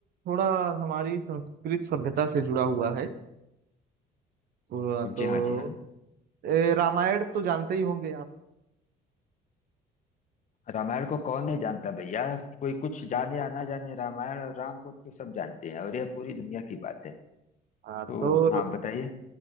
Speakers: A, on the right; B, on the left.
A: थोड़ा हमारी संस्कृत सभ्यता से जुड़ा हुआ है तो, तो
B: जी हाँ जी हाँ
A: ए, रामायण तो जानते ही होंगे आप
B: रामायण को कौन नहीं जानता भैया कोई कुछ जाने या ना जाने रामायण और राम को तो सब जानते हैं और यह पूरी दुनिया की बात है
A: हाँ
B: तो
A: तो
B: हाँ बताइए